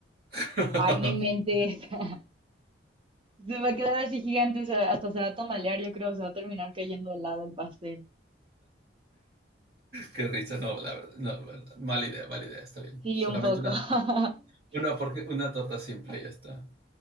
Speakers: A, on the right; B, on the right.
A: <laughs>
B: Ay, no inventes. <laughs> Se va a quedar así gigante, se- hasta se va a tamalear, yo creo, se va a terminar cayendo al lado el pastel.
A: Qué risa, no, la verdad, no, la verdad, mala idea, mala idea, está bien.
B: Sí,
A: Solamente
B: un poco.
A: una,
B: <laughs>
A: una, porque, una torta simple, ya está.